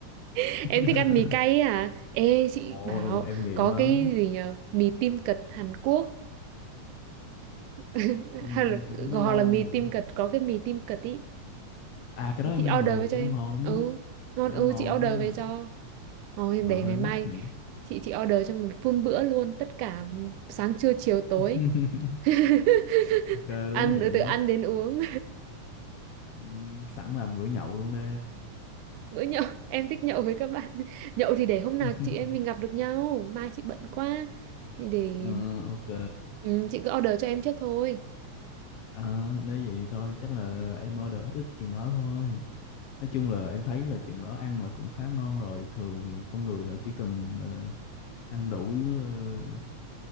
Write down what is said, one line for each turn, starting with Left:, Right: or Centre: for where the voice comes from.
Right: <laughs> em
Left: <laughs>
Right: thích ăn mì cay ấy à ê chị
Left: ồ
Right: bảo
Left: em nghiện
Right: có
Left: lắm
Right: cái gì nhỉ mì tim cật Hàn Quốc <laughs>
Left: Ừm,
Right: hay là,
Left: không biết
Right: hoặc
Left: lâu
Right: là mì
Left: không
Right: tim
Left: nữa
Right: cật có cái mì tim cật ý
Left: à cái
Right: thì
Left: đó em
Right: chị
Left: ăn rồi
Right: order về cho
Left: cái
Right: em
Left: đó ngon lắm
Right: ừ
Left: á
Right: ngon
Left: cái
Right: ừ
Left: đó ngon
Right: chị
Left: lắm
Right: order
Left: á
Right: về cho rồi
Left: mà
Right: để
Left: hơi
Right: ngày
Left: mắc
Right: mai
Left: nhỉ
Right: chị chị order cho mình full bữa luôn tất cả sáng trưa chiều tối
Left: <laughs>
Right: <laughs>
Left: ok quá
Right: ăn
Left: nhỉ
Right: ừ, từ ăn đến uống
Left: Ừm, sẵn làm bữa nhậu luôn đi
Right: <laughs> bữa nhậu em thích nhậu với các bạn nhậu thì để hôm nào
Left: <laughs>
Right: chị em mình gặp được nhau mai chị bận quá thì để
Left: Ờ, ok
Right: ừ, chị cứ order cho em trước thôi
Left: à, nếu vậy thôi chắc là em order ít ít chừng đó thôi nói chung là em thấy là chừng đó ăn là cũng khá ngon rồi thường thì con người họ chỉ cần gọi là ăn đủ ờ,